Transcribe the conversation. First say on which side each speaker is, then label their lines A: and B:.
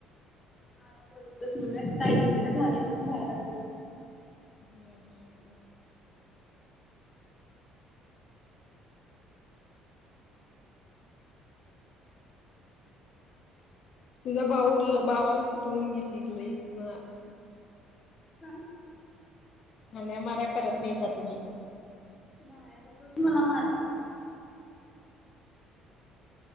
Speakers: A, on the left (about 25°); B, on the left (about 55°).
A: आत बोलतस म्हणे त्या ऐकू नाय झालेय म्हणून बाहेर आले.
B: हम्म हम्म हम्म. तुझा भाऊ भावाला पटवून घेतीस लंय तू हां.
A: का
B: हम्या मारा करत नाहीसा तुम्ही.
A: नाही म तोच मला मारतोय.